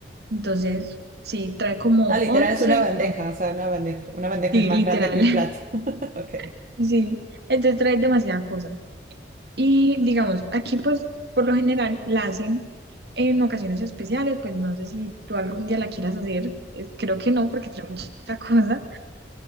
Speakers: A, on the right; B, on the right.
A: Entonces, sí, trae como
B: Ah, literal
A: 11
B: es una bandeja,
A: o 12,
B: o sea, una bandeja, una bandeja
A: sí,
B: es más
A: literal,
B: grande que un plato. <laughs> Ok.
A: <laughs> sí, entonces trae demasiada cosa. Y digamos, aquí pues por lo general la hacen en ocasiones especiales, pues no sé si tú algún día la quieras hacer, eh, creo que no porque trae mucha <laughs> cosa,